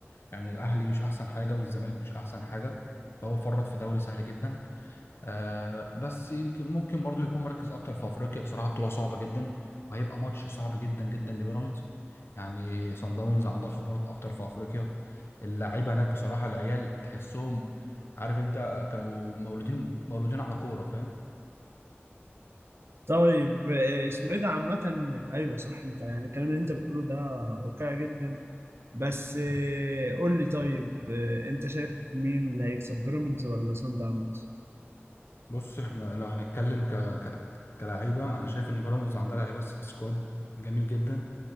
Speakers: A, on the left; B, on the right.
A: يعني الأهلي مش أحسن حاجة والزمالك مش أحسن حاجة فهو فرط في دوري سهل جدا آه بس يمكن ممكن برضو يكون مركز أكتر في أفريقيا بصراحة بطولة صعبة جدا وهيبقى ماتش صعب جدا جدا لبيراميدز يعني صن داونز عندها خبرات أكتر في أفريقيا اللعيبة هناك بصراحة العيال تحسهم عارف أنت كانوا مولودين مولودين على كورة فاهم
B: طيب آه، اسمه ايه ده عامة ايوه صح انت يعني الكلام اللي انت بتقوله ده واقعي جدا بس آه، قول لي طيب آه، انت شايف مين اللي هيكسب بيراميدز ولا سان داونز
A: بص احنا لو هنتكلم ك... ك... كلعيبه انا شايف ان بيراميدز عندها لعيبه س- سكواد جميل جدا